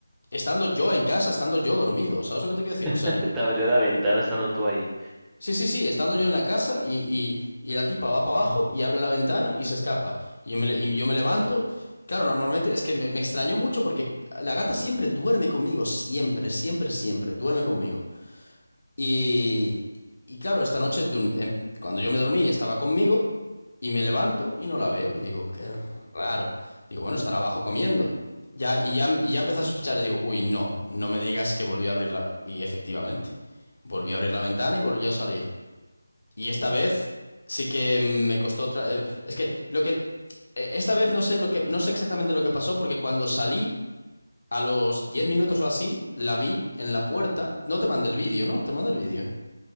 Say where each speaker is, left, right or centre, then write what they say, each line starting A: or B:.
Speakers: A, on the left; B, in the centre.
A: estando yo en casa, estando yo dormido. ¿Sabes lo que te quiero decir? O
B: <laughs>
A: sea,
B: Te abrió la ventana estando tú ahí.
A: Sí, sí, sí, estando yo en la casa y, y- y la tipa va para abajo y abre la ventana y se escapa. Y yo me, le- y yo me levanto. Claro, normalmente es que me, me extrañó mucho porque la gata siempre duerme conmigo, siempre, siempre, siempre, duerme conmigo. Y, y claro, esta noche dur- em, cuando yo me dormí estaba conmigo y me levanto y no la veo. Y digo, qué raro. Digo, bueno, estará abajo comiendo. Ya, y ya, y ya empecé a sospechar y digo, uy, no, no me digas que volvió a abrirla. Y efectivamente, volví a abrir la ventana y volvió a salir. Y esta vez sí que me costó otra. eh, Es que lo que. eh, Esta vez no sé lo que. No sé exactamente lo que pasó, porque cuando salí, a los 10 minutos o así, la vi en la puerta. No te mandé el vídeo, ¿no? Te mando el vídeo.